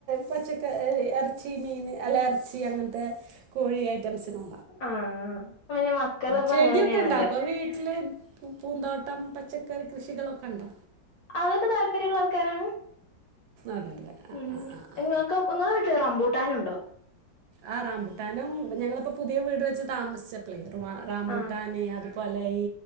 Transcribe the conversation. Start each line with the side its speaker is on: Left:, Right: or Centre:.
Right: പച്ചക്കറി, ഇറച്ചി, മീൻ, അല്ല ഇറച്ചി അങ്ങനത്തെ കോഴി ഐറ്റംസിനോ?
Left: ആ ആ. പ്പൊ പിന്നെ മക്കൾ ഇപ്പ
Right: ചെടിയൊക്കെ
Left: അങ്ങനെന്നെയാണല്ലോ!.
Right: ഉണ്ടാക്കുമോ വീട്ടിൽ പൂന്തോട്ടം, പച്ചക്കറി, കൃഷികളൊക്കെ ഉണ്ടോ?
Left: അതൊക്കെ താല്പര്യള്ള ആൾക്കാരാണ്?
Right: അതെ അല്ലേ ആ
Left: ഉം.
Right: ആ ആ ആ
Left: ഇങ്ങൾക്ക്, ഇങ്ങളെ വീട്ടി റംബൂട്ടാനുണ്ടോ?
Right: ആ റാംമ്പുട്ടാനും, ഞങ്ങളിപ്പോ പുതിയ വീട് വെച്ച് താമസിച്ചപ്പൊല്ലേ. ! ആ റാംമ്പുട്ടാനെ,
Left: ആഹ്
Right: അത് <unintelligible> അല്ല. ഈ